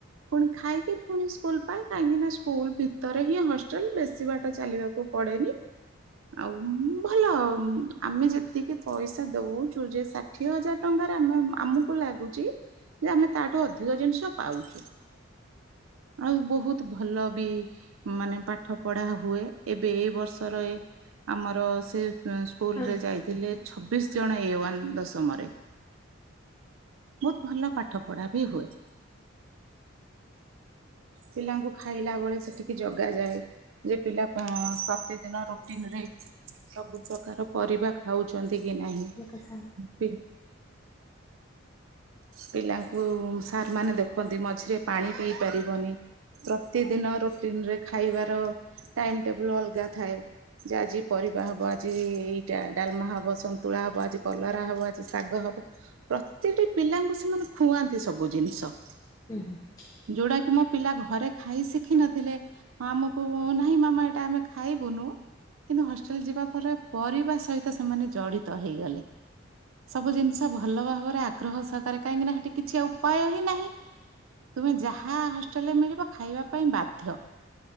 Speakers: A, on the right; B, on the left.
A: ପୁଣି ଖାଇକି ପୁଣି। ସ୍କୁଲ ପାଇଁ କାହିଁକି ନା ସ୍କୁଲ ଭିତରେ ହିଁ ହଷ୍ଟେଲ ବେଶୀ ବାଟ ଚାଲିବାକୁ ପଡେନି। ଆଉ ଭଲ ଆମେ ଯେତିକି ପଇସା ଦଉଛୁ ଯେ ଷାଠିଏ ହଜାର ଟଙ୍କାରେ ଆମେ ଆମକୁ ଲାଗୁଛି ଯେ ଆମେ ତାଠୁ ଅଧିକ ଜିନିଷ ପାଉଛୁ। ଆଉ ବହୁତ ଭଲ ବି ମାନେ ପାଠ ପଢା ହୁଏ। ଏବେ ଏଇ ବର୍ଷରେ ଆମର ସେ ସ୍କୁଲ
B: ହୁଁ।
A: ରେ ଯାଇ। ଥିଲେ ଛବିଶ ଜଣ ଏ ୱନ୍ ଦଶମରେ ବହୁତ ଭଲ ପାଠ। ଠପଡ଼ା ବି ହୁଏ ପିଲାଙ୍କୁ ଖାଇଲା ବେଳେ ସେଠିକି ଜଗାଯାଏ। ଯେ ପିଲା ପ୍ରତିଦିନ ରୁଟିନ ରେ ସବୁ ପ୍ରକାର। ପରିବା ଖାଉଛନ୍ତି କି ନାହିଁ।
B: କଥା
A: ପିଲାଙ୍କୁ ସାର୍ମାନେ ଦେଖନ୍ତି ମଝିରେ ପାଣି ପିଇ ପାରିବନି ପ୍ରତିଦିନ ରୁଟିନ ରେ ଖାଇବାର ଟାଇମ ଟେବୁଲ ଅଲଗା ଥାଏ। ଯେ ଆଜି ପରିବା ହବ ଆଜି ଏଇଟା ଡାଲମା ହବ ସନ୍ତୁଳା ହବ ଆଜି କଲରା ହବ ଆଜି ଶାଗ ହବ। ପ୍ରତିଟି ପିଲାଙ୍କୁ ସେମାନେ ଖୁଆନ୍ତି ସବୁ ଜିନିଷ।
B: ହୁଁ ହୁଁ।
A: ଯୋଉଟା କି ମୁଁ। ପିଲା ଘରେ ଖାଇ ଶିଖିିନଥିଲେ ଆମକୁ ନାହିଁ ମାମା ଏଇଟା ଆମେ ଖାଇବୁନୁ। କିନ୍ତୁ ହଷ୍ଟେଲ ଯିବା ପରେ ପରିବା ସହିତ ସେମାନେ ଜଡିତ ହେଇଗଲେ ସବୁ ଜିନିଷ ଭଲ ଭାବରେ ଆଗ୍ରହ ସ କରେ କାହିଁକି ନା ସେଠି କିଛି ଉପାୟ ହିଁ ନାହିଁ। ତୁମେ ଯାହା ହୋଷ୍ଟେଲରେ ମିଳିବ ଖାଇବା ପାଇଁ ବାଧ୍ୟ